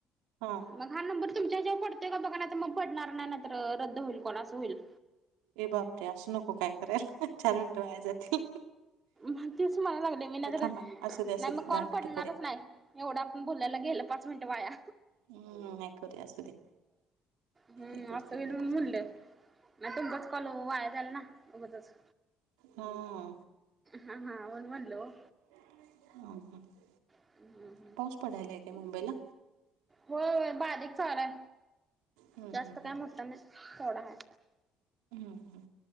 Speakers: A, on the right (about 90°); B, on the right (about 25°).
A: हां.
B: मग हा नंबर तुमच्या हेच्यावर पडतय का बघा नाहीतर मग पडणार नाही तर रद्द होईल कॉल अस होईल.
A: ए बापरे असं नको काय करायला चार मिनिट वाया जातील.
B: म तेच म्हणायला लागले मी नाही
A: थांबा असू दे असू दे
B: मग कॉल
A: दहा मिनिटं
B: पडणारच
A: करूया
B: नाही एवढ आपण बोलेल गेल. मिनट वाया.
A: हम्म नाही करूया असू दे
B: हम्म
A: इकडे
B: असं
A: तिकडे
B: होईल म्हणून
A: पाच
B: म्हणलं
A: मिनिट
B: नाही तुमचच कॉल वाया जाईल ना उगाचच.
A: हां हा
B: हां हां वन वनलो ओ
A: <unintelligible>
B: <unintelligible>
A: पाऊस पडायलाय काय मुंबईला?
B: होय होय बारीक चालूय.
A: हम्म
B: जास्त
A: हम्म
B: काय मोठा नाय. थोडा हाय.
A: हम्म